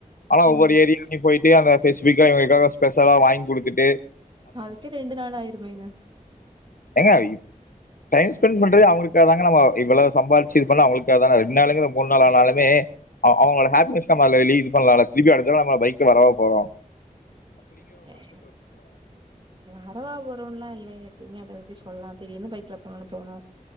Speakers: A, on the left; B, on the right.
A: ஆனா
B: ம்
A: ஒவ்வொரு ஏரி நீ போயிட் டே அந்த ஸ்பேசிஃபிகா இவங்களுக்காக ஸ்பெஷலா வாங்கி குடுத்துட்டு
B: அதுக்கே ரெண்டு நாள் ஆயிருமேங்க
A: ஏங்க இ டைம் ஸ்பெண்ட் பண்றதே அவுங்களுக்காக தாங்க நம்மோ இவ்ளோ சம்பார்ச்சு இது பண்ண அவுங்களுக்காக தான ரெண்டு நாளுங்குறத மூன் நாள் ஆனாலுமே அ அவுங்கள ஹாப்பினஸ் <unintelligible> இது பண்லால திருப்பியு அடுத்த நம்ம பைக்கு வரவா போறோ
B: எ ஏ வரவா வருன்ல இல் ல எப்டிங்க அத அவர் போயி சொல்லா திடீர்னு பைக்ல <unintelligible> தோணோ